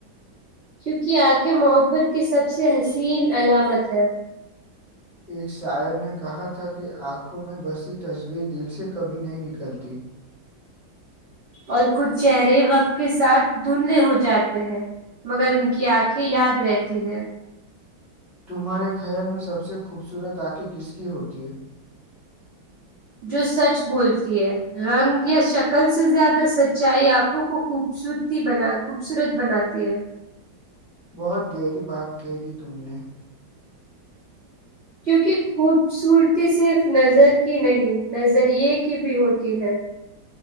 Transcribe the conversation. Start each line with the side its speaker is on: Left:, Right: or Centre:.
Right: کیونکہ آنکھیں محبت کی سب سے حسین علامت ہے
Centre: ایک شاعر نے کہا تھا کہ آنکھوں میں بسی تصویر دل سے کبھی نہیں نکلتی
Right: اور کچھ چہرے وقت کے ساتھ دھندلے ہو جاتے ہیں مگر ان کی آنکھیں یاد رہتی ہیں
Centre: تمہارے خیال میں سب سے خوبصورت آنکھیں کس کی ہوتی ہے
Right: جو سچ بولتی ہے رنگ یا شکل سے زیادہ سچائی آنکھوں کو خوبصورت بنا خوبصورت بناتی ہے
Centre: بہت گہری بات کہہ دی تم نے
Right: کیوںکہ خوبصورتی صرف نظر کی نہیں نظریے کی بھی ہوتی ہے